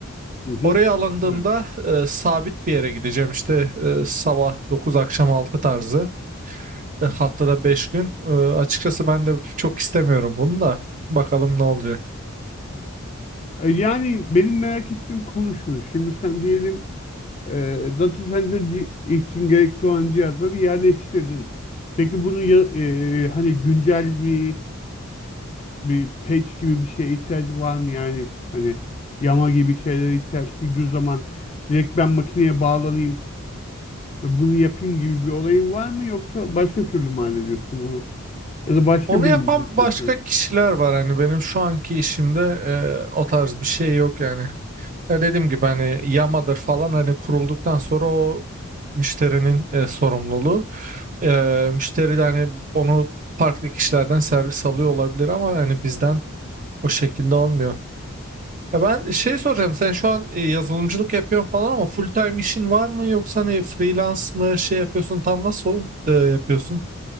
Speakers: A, on the left; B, on the right.
A: Hı hı.
B: Oraya alındığımda
A: Evet.
B: e, sabit bir yere gideceğim işte e, sabah dokuz akşam altı tarzı E, haftada beş gün. E, açıkçası ben de çok istemiyorum bunu da bakalım ne olacak.
A: E, Yani benim merak ettiğim konu şu. Şimdi sen diyelim e, data center ci- için gerekli olan cihazları yerleştirdin. Peki bunun ya- e, hani güncel bir bir patch gibi bir şeye ihtiyacı var mı yani hani yama gibi şeylere ihtiyaç duyduğu zaman direkt ben makineye bağlanayım ve bunu yapayım gibi bir olayın var mı yoksa başka türlü mü hallediyorsun bunu? Ya da başka
B: Onu
A: biri
B: yapan
A: mi bunu
B: başka
A: yapıyor?
B: kişiler var hani benim şu anki işimde e, o tarz bir şey yok yani. Ya dediğim gibi hani Yama'dır falan hani kurulduktan sonra o müşterinin e, sorumluluğu. E, müşteri de hani onu farklı kişilerden servis alıyor olabilir ama hani bizden o şekilde olmuyor. Ya ben şey soracağım. Sen şu an e, yazılımcılık yapıyorsun falan ama full time işin var mı yoksa hani freelance mı şey yapıyorsun tam nasıl e, yapıyorsun?